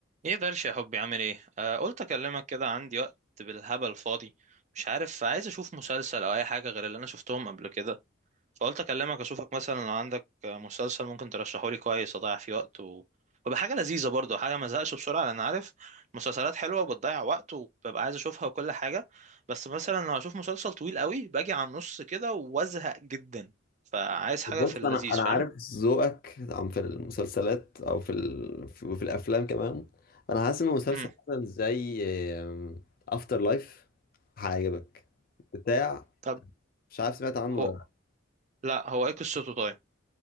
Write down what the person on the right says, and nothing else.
ايه درش يا حبي عامل ايه آه قلت اكلمك كده عندي وقت بالهبل فاضي مش عارف عايز اشوف مسلسل او اي حاجه غير اللي انا شفتهم قبل كده فقلت اكلمك اشوفك مثلا لو عندك آه، مسلسل ممكن ترشحه لي كويس اضيع فيه وقت و... ويبقى حاجه لذيذه برضه حاجه ما ازهقش بسرعه لان عارف مسلسلات حلوه وبتضيع وقت وببقى عايز اشوفها وكل حاجه بس مثلا لو اشوف مسلسل طويل قوي باجي على النص كده وازهق جدا فعايز حاجه
في اللذيذ
فاهم
امم
طب
هو
لا هو ايه قصته طيب